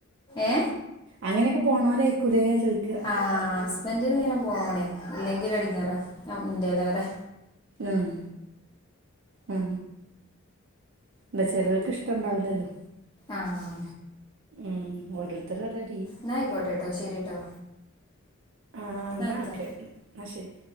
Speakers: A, on the left; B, on the right.
A: ഏ
B: അങ്ങനെയൊക്കെ പോണോലായിക്കൂലേ ചോയിക്കാ
A: ആഹ് ഹസ്ബന്റിന് ഇങ്ങനെ പോണേ. ഇല്ലെങ്കി ഒരെട്ങ്ങേറാ ഞം ഇന്റേലേറെ
B: ആഹ് ആ ന്റ ചെലോൽക്ക് ഇഷ്ട്ടണ്ടാവൂല്ലല്ലോ
A: ആഹ്
B: ഉം ഓരോര്ത്തര രെ
A: ന്നായിക്കോട്ടട്ടൊ ശരിട്ടോ
B: ആഹ്
A: എന്നാ
B: ന്നാ
A: വെക്കാ
B: ഓക്കെ ന്നാ ശരി